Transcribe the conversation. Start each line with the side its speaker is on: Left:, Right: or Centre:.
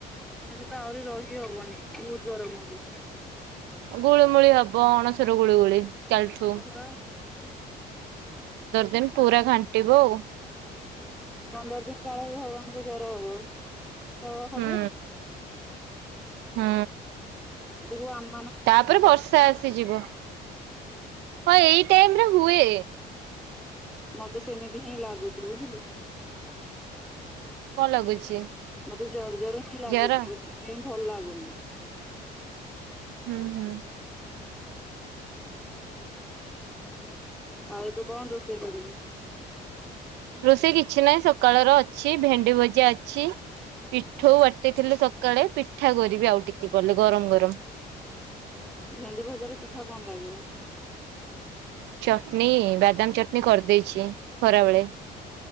Centre: ଏବେ ତ ଆହୁରି ରହି ହବନି ବୋହୁତ ଗରମ ହବ।
Right: ଗୁଳୁମୁଳି ହବ ଅଣସର ଗୁଳୁଗୁଳି ଚାଲଠୁ।
Centre: ହଁ ପରା
Right: ଦିନ
Centre: <unintelligible>
Right: ପୁରା ଘାଣ୍ଟିବ ଆଉ
Centre: ପନ୍ଦର ଦିନ କାଳ ଏବେ ଭଗବାନଙ୍କୁ ଜର ହବ ତ ହବେନି।
Right: ହୁଁ ହୁଁ।
Centre: ଦେଖିବୁ ଆମ୍
Right: ତାପରେ ବର୍ଷା ଆସିଯିବ। ହଁ ଏଇ ଟାଇମ୍ ରେ ହୁଏ।
Centre: ମତେ ସେମିତି ହିଁ ଲାଗୁଚି ବୁଝିଲୁ।
Right: କଣ ଲାଗୁଛି
Centre: ମତେ ଜର ଜର ହିଁ ଲାଗୁଚି
Right: ଜର
Centre: ମୁଁ ସେଥିପାଇଁ ଭଲ ଲାଗୁନି।
Right: ହୁଁ ହୁଁ।
Centre: ଆଉ ଏବେ କଣ ରୋଷେଇ କରିବୁ।
Right: ରୋଷେଇ କିଛି ନାହିଁ ସକାଳର ଅଛି ଭେଣ୍ଡି ଭଜା ଅଛି। ପିଠୋଉ ବାଟିଥିଲି ସକାଳେ ପିଠା କରିବି ଆଉ ଟିକେ ଗଲେ ଗରମ ଗରମ।
Centre: ଭେଣ୍ଡି ଭଜାରେ ପିଠା କଣ ଲାଗିବ।
Right: ଚଟନୀ ବାଦାମ ଚଟନୀ କରିଦେଇଛି ଖରାବେଳେ।